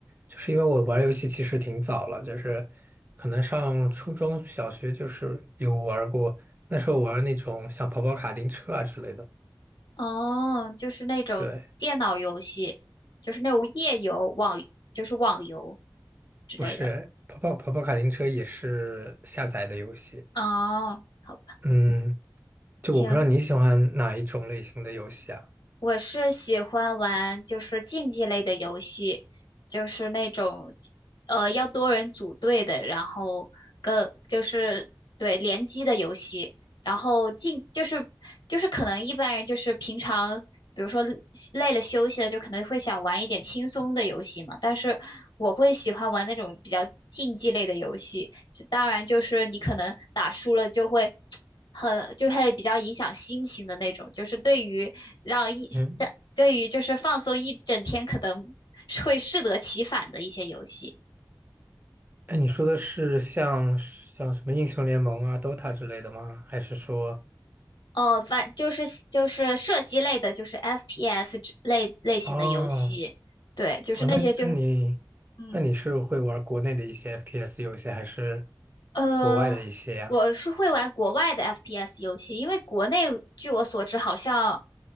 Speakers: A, on the right (about 25°); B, on the left (about 70°).
A: 就是因为我玩游戏其实挺早了，就是可能上初中小学就是有玩过，那时候玩那种像跑跑卡丁车啊之类的。
B: 哦，就是那种电脑游戏，
A: 对，
B: 就是那种页游、网，就是网游之类的。
A: 不是跑跑跑跑卡丁车也是下载的游戏。
B: 哦，好吧，
A: 嗯，就我不知道你喜欢哪一种类型的游戏啊？
B: 行，我是喜欢玩就是竞技类的游戏，就是那种呃要多人组队的，然后跟就是对联机的游戏，然后竞就是就是可能一般人就是平常比如说累了休息了，就可能会想玩一点轻松的游戏嘛，但是我会喜欢玩那种比较竞技类的游戏，就当然就是你可能打输了就会 <tsk>。很就会比较影响心情的那种，就是对于让一对对于就是放松一整天可能是会适得其反的一些游戏。
A: 嗯。哎，你说的是像像什么英雄联盟啊、DOTA 之类的吗？还是说，
B: 哦，反就是就是射击类的，就是 FPS 类类型的游戏，
A: 哦
B: 对，就是那些就
A: 哦，那那你
B: 嗯
A: 那你是会玩国内的一些 FPS 游戏，还是
B: 呃，
A: 国外的一些呀？
B: 我是会玩国外的 FPS 游戏，因为国内据我所知好像